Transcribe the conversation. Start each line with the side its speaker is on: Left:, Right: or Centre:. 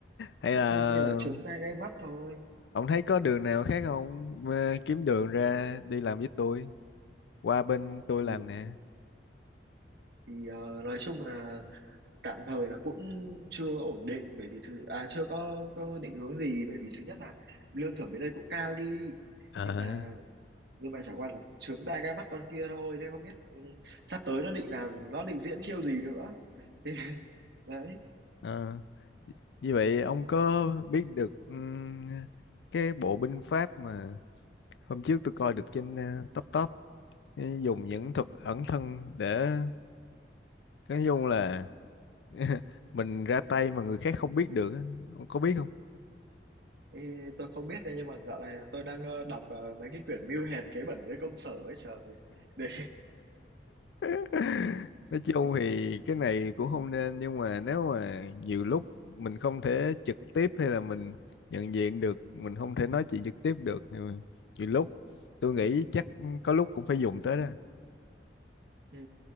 Left: Hay
Right: nói
Left: là
Right: chung bây giờ trướng tai gai mắt thôi
Left: ông thấy có đường nào khác không? Ờ, Kiếm đường ra đi làm với tôi, qua bên tôi làm
Right: thì,
Left: nè.
Right: thì ờ, nói chung là tạm thời là cũng chưa ổn định bởi vì thứ à chưa có có định hướng gì bởi vì thứ nhất là lương thưởng bên đây cũng cao đi
Left: Ờ.
Right: nhưng mà nhưng mà chẳng qua là trướng tai gai mắt con kia thôi thế không biết ừ, sắp tới nó định làm nó định diễn chiêu gì nữa thì <laughs> đấy
Left: Ờ, Như vậy ông có biết được ừm, cái bộ binh pháp mà hôm trước tôi coi được trên ờ, top top ờ, dùng những thuật ẩn thân để nói chung là <laughs> mình ra tay mà người khác không biết được á. Ông có biết không?
Right: thì tôi không biết đấy, nhưng mà dạo này tôi đang ờ, đọc ờ, mấy cái quyển mưu hèn kế bẩn với công sở ấy trời để
Left: <laughs>
Right: <laughs>
Left: nói chung thì cái này cũng không nên nhưng mà nếu mà nhiều lúc mình không thể trực tiếp hay là mình nhận diện được mình không thể nói chuyện trực tiếp được thì nhiều lúc tôi nghĩ chắc có lúc cũng phải dùng tới đó
Right: Ừ.